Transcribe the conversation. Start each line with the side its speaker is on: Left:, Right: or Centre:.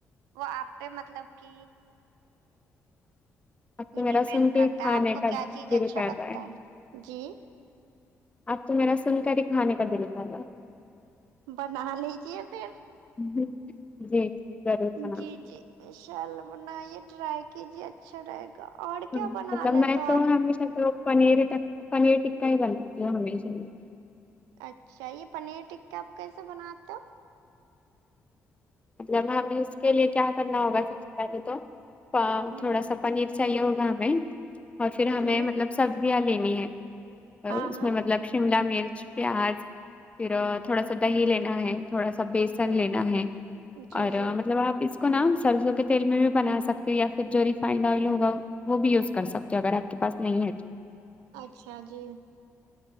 Right: وہ آپ پہ مطلب کہ
Left: اب تو
Right: یہ
Left: میرا
Right: ڈیپینڈ
Left: سن کے
Right: کرتا
Left: ہی کھانے
Right: ہے آپ کو
Left: کا
Right: کیا چیز
Left: دل
Right: اچھا
Left: کر
Right: لگتا
Left: رہا
Right: ہے جی
Left: اب تو میرا سنکر ہی کھانے کا دل کر رہا ہے
Right: بنا لیجیے پھر
Left: ہے جی جی ضرور بناؤں
Right: جی
Left: گی
Right: جی ان شاء اللہ بنائیے ٹرائی کیجیے اچھا رہے گا اور
Left: <unintelligible>
Right: کیا بنا لیتے ہو آپ اچھا یہ پنیر ٹکہ آپ کیسے بناتے ہو
Left: مطلب ہمیں اس کے لیے کیا کرنا ہوگا سب سے پہلے تو فا
Right: ہوں
Left: تھوڑا سا پنیر چاہیے ہوگا ہمیں اور پھر ہمیں
Right: جی
Left: مطلب سبزیاں لینی ہے
Right: ہاں
Left: اس
Right: ہاں
Left: میں مطلب شملہ مرچ پیاز پھر تھوڑا سا دہی لینا ہے تھوڑا سا بیسن لینا ہے
Right: جی
Left: اور
Right: جی
Left: مطلب آپ اس اس کو نا سرسوں کے تیل میں بھی بنا سکتے یا پھر جو ریفائنڈ آئل ہوگا وہ بھی یوز کر سکا رات اگر آپ کے پاس نہیں ہے
Right: اچھا جی